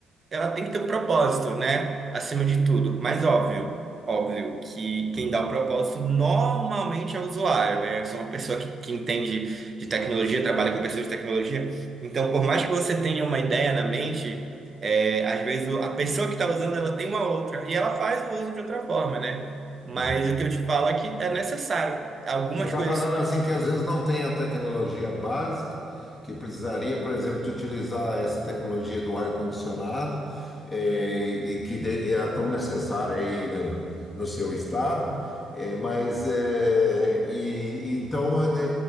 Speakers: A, on the right (about 35°); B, on the left (about 15°).
A: ela tem que ter um propósito, né? Acima de tudo. Mas óbvio, óbvio que quem
B: Hum,
A: dá o propósito normalmente é o usuário, né? Eu sou uma pessoa que, que entende de tecnologia, trabalha com pessoas de tecnologia. Então, por mais que você tenha uma ideia na mente, é, às vezes o- a pessoa que está usando ela tem uma outra e ela faz o uso de outra forma, né? Mas
B: hum.
A: o que eu te falo é que é necessário. Algumas
B: Você está
A: coisas
B: falando assim que às vezes não tem a tecnologia básica, que precisaria, por exemplo, de utilizar essa tecnologia do ar-condicionado, eh, e que de- é tão necessária aí no, no seu estado, eh, mas eh, e, e então eh,